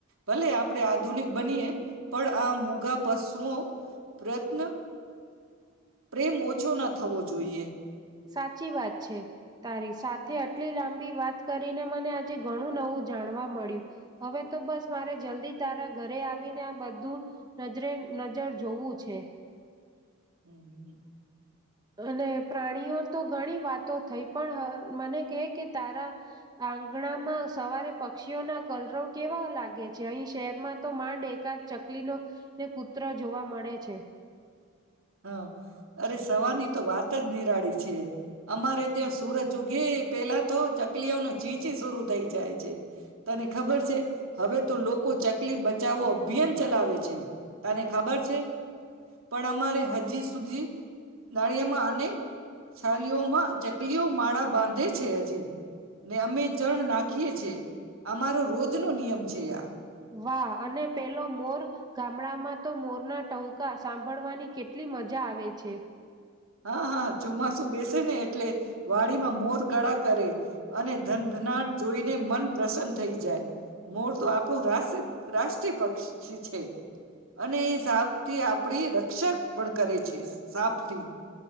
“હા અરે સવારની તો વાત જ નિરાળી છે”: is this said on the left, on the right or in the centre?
Right